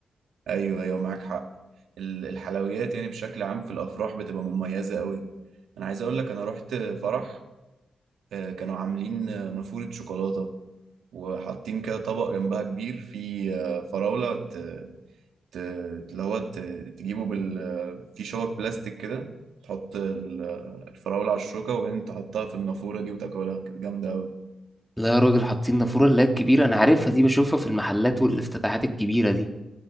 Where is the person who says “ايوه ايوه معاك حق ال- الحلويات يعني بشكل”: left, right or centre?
Right